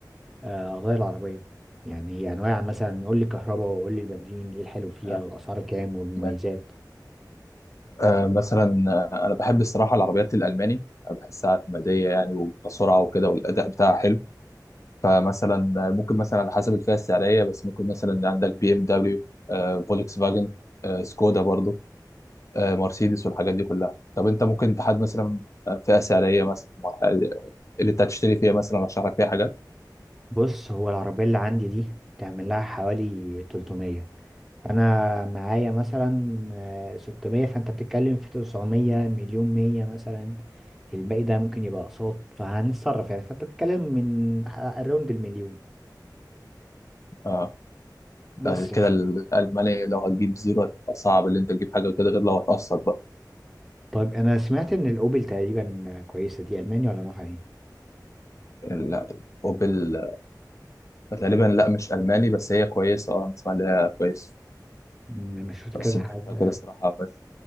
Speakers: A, in the centre; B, on the left.
A: آه، اغير العربية يعني انواع مثلا قول لي الكهرباء وقول لي البنزين ايه الحلو فيها
B: آه،
A: والاسعار كام والمميزات
B: ماشي. آه، مثلا آه، انا بحب الصراحه العربيات الالماني بحسها اعتماديه يعني وكسرعه وكده والاداء بتاعها حلو فمثلا ممكن مثلا على حسب الفئه السعريه بس ممكن مثلا عندك بي ام دبليو فولكس فاجن آه، سكودا برضو آه، مرسيدس والحاجات دي كلها طب انت ممكن تحدد مثلا آه، فئه سعريه مثلا اللي انت هتشتري فيها مثلا ارشح لك فيها حاجات
A: بص هو العربية اللي عندي دي تعمل لها حوالي 300 فانا معايا مثلا آه، 600 فانت بتتكلم في 900 مليون 100 مثلا الباقي ده ممكن يبقى اقساط فهنتصرف يعني فانت بتتكلم من اراوند المليون
B: اه
A: بس
B: آه، كده
A: ف-
B: الالماني لو هتجيب زيرو هتبقى صعب اللي انت تجيب حاجه كده غير لو هتقسط بقى
A: طيب انا سمعت ان الاوبل تقريبا كويسه دي المانيا ولا نوعها ايه
B: لا اوبل غالبا لا مش الماني بس هي كويسه اه انا اسمع ان هي كويسه
A: م- انا شفت
B: بس
A: كذا
B: مش
A: حد
B: فاكر الصراحه بس